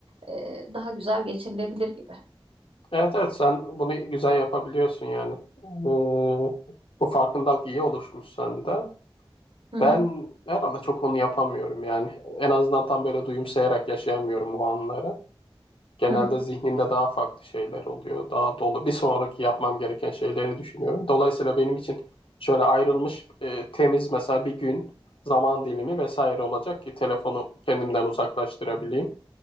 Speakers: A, on the right; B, on the left.
A: e, daha güzel geçirilebilir gibi.
B: Evet evet sen bunu güzel yapabiliyorsun yani. Ee, bu farkındalık iyi oluşmuş sende.
A: Hı hı,
B: Ben herhalde çok onu yapamıyorum yani. En azından tam böyle duyumsayarak yaşayamıyorum o anları. Genelde
A: hı hı,
B: zihnimde daha farklı şeyler oluyor. Daha dolu. Bir sonraki yapmam gereken şeyleri düşünüyorum. Dolayısıyla benim için şöyle ayrılmış e, temiz mesela bir gün zaman dilimi vesaire olacak ki telefonu kendimden uzaklaştırabileyim.